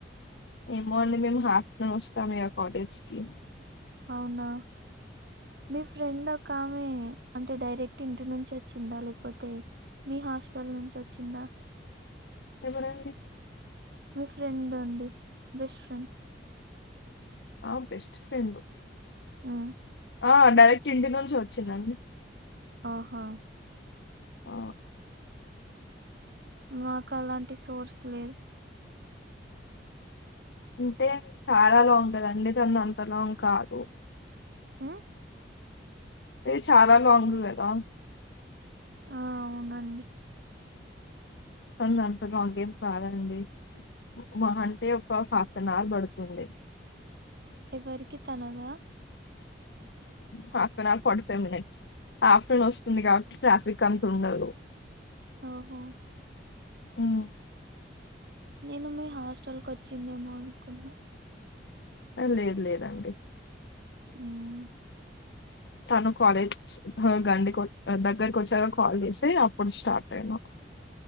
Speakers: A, on the left; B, on the right.
A: ఏమో అండి మేము ఆఫ్టర్నూన్ వస్తాం కలేజ్కి
B: అవునా మీ ఫ్రెండ్ ఒకామె అంటే డైరెక్ట్ ఇంటి నుంచి వచ్చిండ లేకపోతే మీ హాస్టల్ నుంచి వచ్చ చిన్నా
A: ఎవరండీ
B: మీ ఫ్రెండ్ అండి బెస్ట్ ఫ్రెండ్
A: ఆ బెస్ట్ ఫ్రెండు
B: మ్
A: ఆ డైరెక్ట్ ఇంటి నుంచి వచ్చిందండి
B: ఆహా
A: ఆ
B: మాకు అలాంటి సోర్స్ లేదు
A: అంటే చాలా లాంగ్ కదండి తనది అంత లాంగ్ కాదు
B: మ్
A: అదే చాలా లాంగ్ కదా
B: ఆ అవునండి
A: <unintelligible> మాకేం కాాదండి మహంటే ఒక హాఫ్ అన్ అవర్ పడుతుంది
B: ఎవరికి తనదా
A: half an hour forty five minutes half an hour వస్తుంది కాబట్టి ట్రాఫిక్ అంత ఉండదు
B: ఓహో
A: ఉమ్
B: నేను మీ హాస్టల్ కు వచ్చిందేమో అనుకున్నా
A: ఆ లేదు లేదండి
B: ఉమ్
A: తను కాలేజ్ గండికి దగ్గరకి వచ్చాక కాల్ చేసి అప్పుడు స్టార్ట్ అయినా